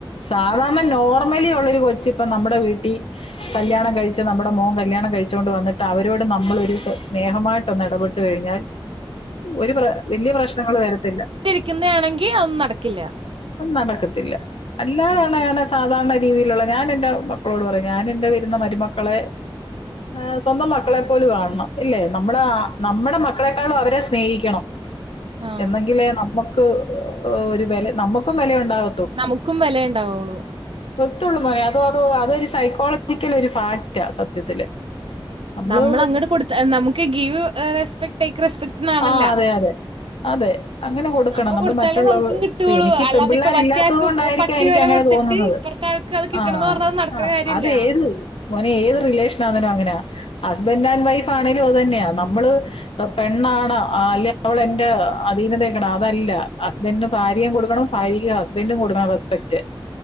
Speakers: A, on the left; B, on the right.
A: സാധാരണ നോർമലി ഉള്ളൊരു കൊച്ച് ഇപ്പോ നമ്മുടെ വീട്ടിൽ കല്യാണം കഴിച്ച് നമ്മുടെ മോൻ കല്യാണം കഴിച്ചോണ്ട് വന്നിട്ട് അവരോട് നമ്മളൊരു സ്നേഹമായിട്ടൊന്ന് ഇടപെ ട്ട് കഴിഞ്ഞാൽ ഒരു പ്ര വില്യ പ്രശ്നങ്ങൾ വരത്തില്ല
B: ക്കുന്ന ആണെങ്കി അതൊന്നും നടക്കില്ല
A: ന്നും നടക്കത്തില്ല അല്ല
B: ആഹ്
A: അങ്ങനെ സാധാരണ രീതിയിലുള്ള ഞാന് എന്റെ മക്കളോട് പറയും ഞാൻ എന്റെ വരുന്ന മരുമക്കളെ ആ സ്വന്തം മക്കളെപ്പോലും കാണണം ഇല്ലേ നമ്മളെ നമ്മടെ മക്കളെക്കാളും അവരെ സ്നേഹിക്കണം
B: ആഹ്.
A: എന്നെങ്കിലേ നമ്മുക്ക് ഒരു വില നമ്മുക്കും വിലയുണ്ടാവ
B: നമുക്കും വിലയുണ്ടാവുള്ളൂ
A: ത്തുള്ളു മോനെ അതോ അതോ അതൊരു സൈക്കോളജിക്കൽ ഒരു ഫാക്റ്റാ സത്യത്തില് നമ്മള്
B: നമ്മളങ്ങട്ട് കൊടുത്ത നമുക്ക് ഗീവ് റെസ്പെക്ട് ടേക്ക് റെസ്പെക്ട് ന്നാണല്ലോ.
A: ആഹ് അതെ അതെ അതെ അങ്ങനെ കൊടുക്കണം
B: നമ്മ
A: നമ്മള്
B: കൊടുത്താലേ
A: മറ്റുള്ളവ
B: നമുക്കും കിട്ടുള്ളൂ.
A: എനിക്ക്
B: അല്ലാതെ
A: പെൺ പിള്ളേരില്ലാത്തത്
B: ഇപ്പ മറ്റേ ആൾക്ക്
A: കൊണ്ടായിരി
B: പട്ടി
A: ക്കാം എനിക്കങ്ങനെ
B: വെല കൊടുത്തിട്ട്
A: തോന്നുന്നത്
B: ഇപ്പറത്തെ ആൾക്ക് അത് കിട്ടണംന്ന്
A: ആ
B: പറഞ്ഞാ അത് നടക്കണ
A: ആ
B: കാര്യല്ല.
A: അത് ഏത് മോനെ ഏത് റിലേഷൻ ആണേലും അങ്ങനെയാ ഹസ്ബൻന്റ് ആൻഡ് വൈഫ് ആണേലും അത് തന്നെയാ നമ്മള് പെൺ പെണ്ണാണോ അല്ലേ അവൾ എന്റെ അധീനതേക്കണം അതല്ല ഹസ്ബന്റും ഭാര്യേം കൊടുക്കണം ഭാര്യക്ക് ഹസ്ബന്റ് ഹസ്ബന്റും കൊടുക്കണം റെസ്പെക്ട്